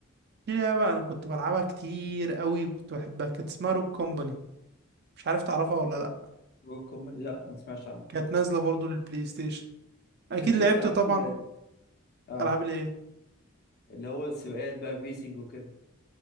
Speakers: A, on the right; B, on the left.
A: في لعبة انا كنت بلعبها كتير قوي وكنت بحبها كانت اسمها روك كومباني مش عارف تعرفها ولا لا
B: روك كومباني لا ما سمعتش عنها
A: كانت نازلة برضو للبلاي ستيشن اكيد
B: انت
A: لعبت
B: ليك في العاب
A: طبعا
B: ال- اه
A: العاب الايه
B: اللي هو السباقات بقى فيسنج وكده